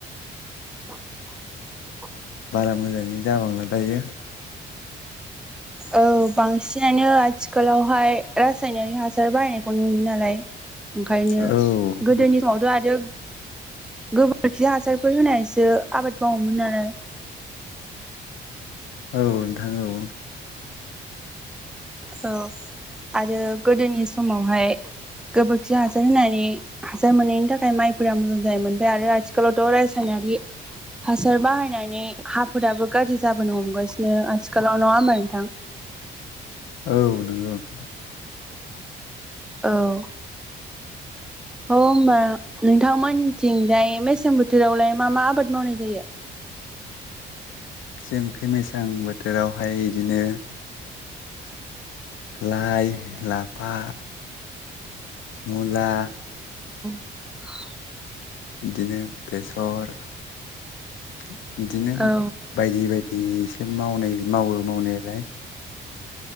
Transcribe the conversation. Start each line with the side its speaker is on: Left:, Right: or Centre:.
Centre: <inaudible>
Left: बारा मोजाङै जाबांला दायो
Centre: औ बांसिनानो आथिखालावहाय रासायनारि हासार बाहायनायखौ नुयो नालाय। ओंखायनो
Left: औ
Centre: गोदोनि समावथ' आरो गोबोरखि हासारफोर होनायसो आबाद मावोमोन आरो
Left: औ नोंथां औ।
Centre: औ आरो गोदोनि समावहाय गोबोरखि हा सार होनानै हासार मोननायनि थाखाय माइफोरा मोजां जायोमोन ओमफ्राइ आरो आथिखालावथ' रा रासायनारि हासार बाहाय नानै हाफोराबो गाज्रि जाबोनो हमगासिनो आथिखालाव नङा
Left: औ नंगौ नोंथां।
Centre: औ औ होमबा नोंथां मोनथिं फ्राय मेसें बोथोरावलाय मा मा आबाद मावनाय जायो?
Left: जों खैहाय बोथोरावहाय बिदिनो लाइ लाफा मुला
Centre: <inaudible>
Left: बिदिनो बेसर बिदिनो
Centre: औ
Left: बायदि बायदि बेसे मावनाय मावो मावनायालाय।